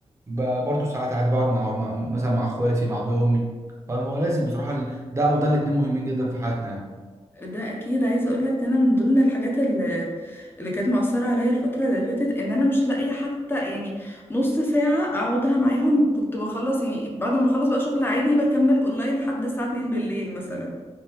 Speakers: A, on the right; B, on the left.
A: ب- برضه ساعات عادي بقعد مع مع- مثلا مع اخواتي مع ابويا وامي فهو لازم بصراحه ال- ده او ده الاتنين مهمين جدا في حياتنا يعني
B: ده اكيد عايزه اقول لك انا من ضمن الحاجات اللي اللي كانت مأثره عليا الفتره اللي فاتت ان انا مش لاقيه حتى يعني نص ساعه اقعدها معاهم كنت بخلص يعني بعد ما بخلص بقى شغل عادي بكمل اونلاين لحد الساعه 2 بالليل مثلا